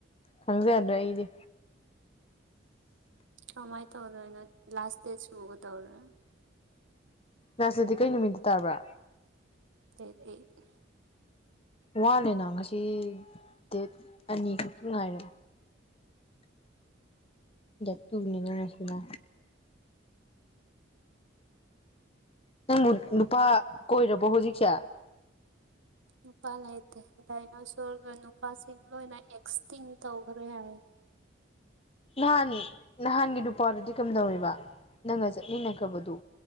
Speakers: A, on the left (about 30°); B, on the right (about 80°).
A: ꯈꯪꯖꯗ꯭ꯔꯦ ꯑꯩꯗꯤ
B: ꯀꯃꯥꯏ ꯇꯧꯗꯣꯢꯅꯣ ꯂꯥꯁ ꯗꯦꯁ ꯁꯒ ꯗꯧꯔꯦ
A: ꯂꯁ ꯗꯦꯠ ꯀꯩ ꯅꯨꯃꯤꯠꯇ ꯇꯥꯕ꯭ꯔꯥ
B: <unintelligible>
A: ꯋꯥꯂꯦꯅ ꯉꯁꯤ ꯗꯦꯠ ꯑꯅꯤꯈꯛꯇ ꯉꯥꯏꯔꯦ <unintelligible> ꯉꯁꯤꯅ ꯅꯪꯕꯨ ꯅꯨꯄꯥ ꯀꯣꯏꯔꯕꯣ ꯍꯧꯖꯤꯛꯁꯦ
B: ꯅꯨꯄꯥ ꯂꯩꯇꯦ ꯗꯥꯏꯅꯣꯁꯣꯔꯒ ꯅꯨꯄꯥꯁꯤꯡ ꯂꯣꯏꯅ ꯑꯦꯛꯁꯇꯤꯡ ꯇꯧꯒꯔꯦ ꯍꯥꯏꯌꯦ
A: ꯂꯥꯛꯑꯅꯤ ꯅꯍꯥꯟꯒꯤ ꯅꯨꯄꯥꯗꯨꯗꯤ ꯀꯝꯗꯧꯔꯤꯕ ꯅꯪꯒ ꯆꯠꯃꯤꯟꯅꯈꯔꯕꯗꯣ